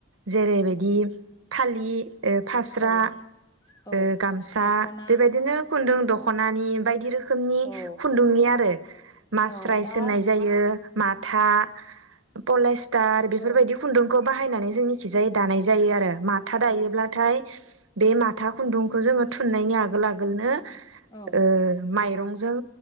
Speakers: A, on the right; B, on the left.
A: जेरैबायदि फालि ओ फास्रा
B: औ औ
A: ओ गामसा
B: दख'ना
A: बे बेबायदिनो खुन्दुं दख दख'नानि बायदि रोखोम रोखोमनि
B: औ
A: खुन्दुंनि आरो मास्रायसज
B: औ दा
A: होननाय जायो माथा था पलेस्टार बेफोरबायदि
B: औ
A: खुन्दुंखौ बाहायनानै जोंनिखिजाय दानाय जायो आरो माथा
B: औ
A: दायोब्लाथाय बे माथा खुन्दुंखौ जोङो थुननायनि आगोल आगोल आगोलनो
B: औ
A: ओ मायरंजों